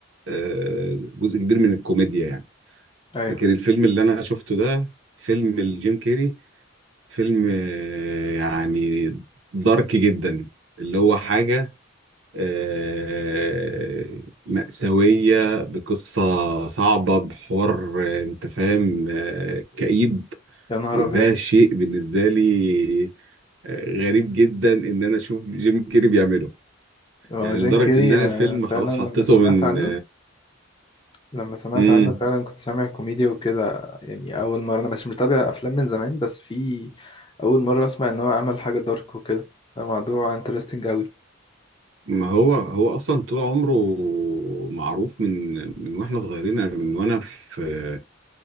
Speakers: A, on the right (about 65°); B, on the left (about 25°).
A: آه، جزء كبير من الكوميديا يعني
B: أيوه
A: لكن الفيلم اللي أنا شفته ده فيلم الجيم كيري فيلم آه، يعني دارك جدا اللي هو حاجة آه، مأساوية بقصة صعبة بحوار آه، أنت فاهم آه، كئيب
B: يا نهار
A: وده
B: أبيض
A: شيء بالنسبة لي غريب جدا ان انا اشوف جيم كيري بيعمله
B: هو
A: يعني
B: جين
A: لدرجه
B: كيري
A: ان انا
B: أنا
A: الفيلم خلاص
B: فعلا
A: حطيته
B: لما سمعت
A: من
B: عنه لما سمعت
A: امم
B: عنه فعلا كنت سامع كوميديا وكده يعني اول مره انا مش متابع افلام من زمان بس في اول مره اسمع ان هو عمل حاجه دارك وكده الموضوع انترستنج قوي
A: ما هو هو اصلا طول عمره معروف من من واحنا صغيرين يعني من وانا في